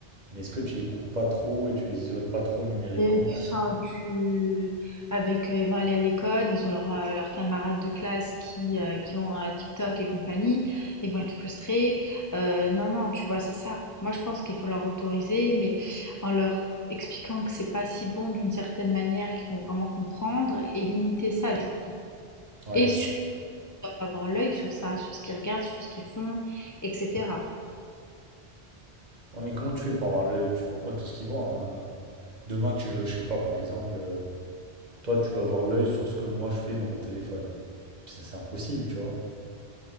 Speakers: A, on the right; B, on the left.
A: Mais est-ce que tu les coupes pas trop et tu les isoles pas trop numériquement?
B: c'est- enfin tu avec, heu, ils vont aller à l'école, ils ont leurs, heu, leurs camarades de classe qui, heu, qui ont, heu, TikTok et compagnie, ils vont être frustrés. Heu, non, non, tu vois, c'est ça. Moi, je pense qu'il faut leur autoriser, mais en leur expliquant que c'est pas si bon d'une certaine manière qu'ils vont vraiment comprendre et limiter ça du coup.
A: Ouais.
B: Et avoir l'œil sur ça, sur ce qu'ils regardent, sur ce qu'ils font, etc.
A: Ouais, mais comment tu fais pour avoir l'œil? Tu vois pas tout ce qu'ils voient. hein. Demain, tu veux, je sais pas, par exemple, euh, toi, tu vas avoir l'œil sur ce que moi je fais dans mon téléphone. C'est c'est impossible, tu vois.